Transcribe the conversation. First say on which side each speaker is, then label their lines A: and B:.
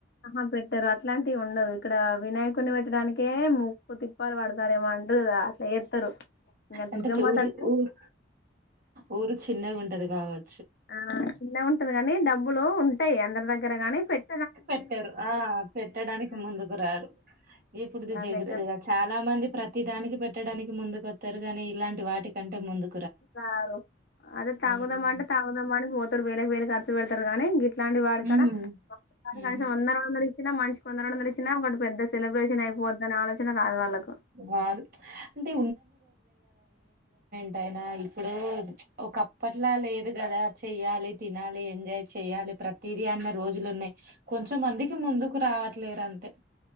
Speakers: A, on the left; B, on the right.
A: ఆహా పెట్టరు అట్లాంటివి ఉండదు ఇక్కడ వినాయకుడిని పెట్టడానికే ముప్పు తిప్పాలు పడతారేమోంటారు అట్లా ఎస్తరు ఇకా
B: అంటే
A: దుర్గమ్మత
B: చు ఊరు
A: అంట
B: ఊరు ఊరు చిన్నగా ఉంటది కావదు
A: ఆ చిన్న ఉంటుంది కాగానీ డబ్బు లో ఉంటాయి అందరి దగ్గర గాని పెట్
B: పెట్టారు ఆ పెట్టడానికి
A: ఉమ్,
B: ముందుకు రారు ఇప్పుడుది జగ
A: అదే
B: చాలా మంది ప్రతి దానికి పెట్టడానికి ముందుకు కొత్తరు గాని ఇలాంటి వాటి కంటే ముందు
A: సారు అది తాగుందమ్మంటే
B: ఉమ్
A: తాగుందమ్మడి మత్తరు వేల వేలు ఖర్చు పెడుతు గానే గట్ ఇలాంటి వాడు
B: హ్మ్.
A: కాడ వాడుడ
B: హుహు.
A: కనీసం వంద వంద చిన్న మానిషికి వంద రెండు వందలు ఇచ్చినా వాడు పెద్ద సెలబ్రేషన్ అయిపోద్ది దాని ఆలోచన నాకు రాలేదు
B: రాదు. అంటే ఎడైనా ఇప్పుడు ఒకప్పట్లా లేదు కదా చెయ్యాలి తినాలి ఎంజాయ్ చెయ్యాలి ప్రతిదీ అన్న రోజులు ఉన్నాయి కొంచమందికి ముందుకు రావట్లేరు అంతే